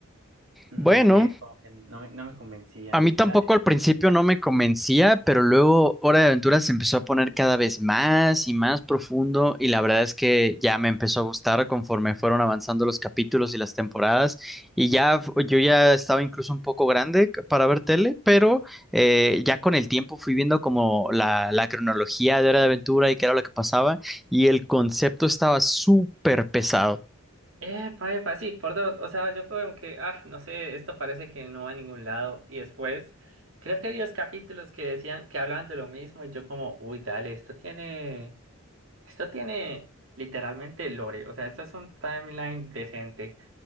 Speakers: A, on the right; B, in the centre.
A: no
B: Bueno,
A: sé, como que no me, no me convencían.
B: A mí tampoco
A: Era,
B: al principio no me convencía, pero luego Hora de Aventura se empezó a poner cada vez más y más profundo y la verdad es que ya me empezó a gustar conforme fueron avanzando los capítulos y las temporadas y ya f- yo ya estaba incluso un poco grande c- para ver tele, pero eh, ya con el tiempo fui viendo como la, la cronología de Hora de Aventura y qué era lo que pasaba y el concepto estaba súper pesado.
A: eh, pa, epa, sí, por dos. O sea, yo como que, ah, no sé, esto parece que no va a ningún lado. Y después, creo que vi los capítulos que decían, que hablaban de lo mismo y yo como, uy, dale, esto tiene... Esto tiene literalmente lore, o sea, esto es un timeline decente.